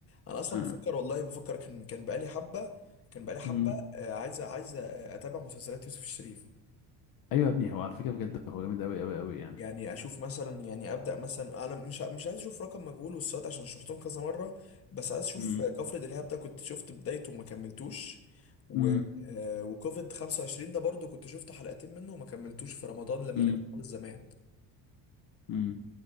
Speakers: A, on the left (about 35°); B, on the left (about 55°).
A: انا اصلا
B: آه.
A: بفكر والله بفكر كان كان بقالي حبه كان بقالي حبه
B: أمم.
A: آه عايز عايز اتابع مسلسلات يوسف الشريف
B: ايوه يا ابني هو على فكره بجد هو جامد قوي قوي قوي يعني
A: يعني اشوف مثلا يعني ابدا مثلا انا مش ع- مش عايز اشوف رقم مجهول والصاد عشان شفتهم كذا مره بس عايز اشوف
B: أمم.
A: كفر دلهاب ده كنت شفت بدايته وما كملتوش و
B: أمم.
A: آه، وكوفيد 25 ده برضو كنت شفت حلقتين منه وما كملتوش في رمضان لما
B: أمم.
A: نزل خالص زمان
B: أمم.